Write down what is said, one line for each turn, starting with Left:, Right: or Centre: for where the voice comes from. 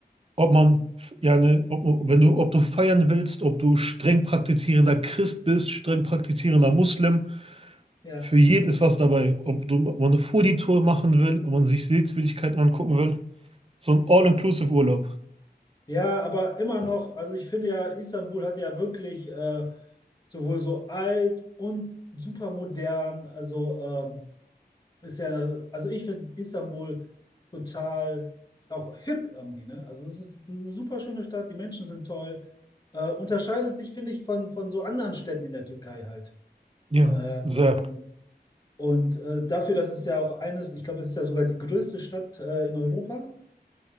Right: Ob man, f- ja, ne, ob, wenn du, ob du feiern willst, ob du streng praktizierender Christ bist, streng praktizierender Muslim,
Left: ja.
Right: Für jeden ist was dabei. Ob du, ob man eine Foodie-Tour machen will, ob man sich Sehenswürdigkeiten angucken will. So ein All-Inclusive-Urlaub.
Left: Ja, aber immer noch, also ich finde ja, Istanbul hat ja wirklich äh, sowohl so alt und super modern. Also ähm, ist ja, also ich finde Istanbul total auch hip irgendwie, ne? Also es ist eine super schöne Stadt, die Menschen sind toll. Äh, unterscheidet sich, finde ich, von, von so anderen Städten in der Türkei halt.
Right: Ja,
Left: Daher,
Right: sehr.
Left: ähm, und äh, dafür, dass es ja auch eines, ich glaube, es ist ja sogar die größte Stadt äh, in Europa